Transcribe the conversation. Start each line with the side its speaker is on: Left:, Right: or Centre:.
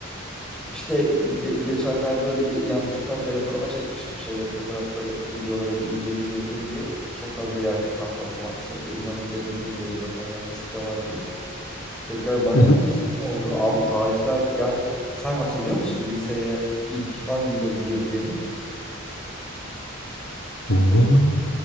Centre: İşte ge- geçenlerde öyle bir yandıktan telefonuma çekmiştim şeyleri, fotoğrafları, videoları bir inceleyeyim edeyim diye. Çok fazla yer kapladı maalesef. O yüzden bir temizleyeyim dedim zaten yan diskte var diye. Tekrar bakma
Left: Hı hı.
Centre: fırsatım oldu. Abi tarihler yani sen hatırlıyor musun liseye ilk hangi yıl girdiğini?
Left: Vallahi.